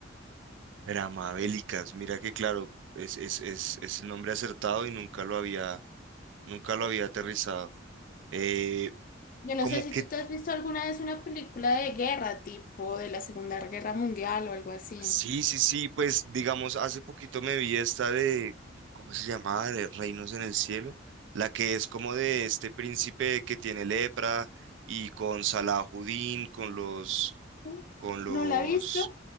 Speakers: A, on the right; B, on the left.
A: Drama bélicas. Mira que claro, es, es, es, es el nombre acertado y nunca lo había, nunca lo había aterrizado. Eh,
B: Yo no
A: como
B: sé si
A: qué
B: tú te has visto alguna vez una película de guerra, tipo de la Segunda Guerra Mundial o algo así.
A: Sí, sí, sí, pues digamos, hace poquito me vi esta de, ¿cómo se llamaba? De Reinos en el Cielo, la que es como de este príncipe que tiene lepra y con Salahuddin, con los,
B: Uh,
A: con los
B: ¿No la ha visto?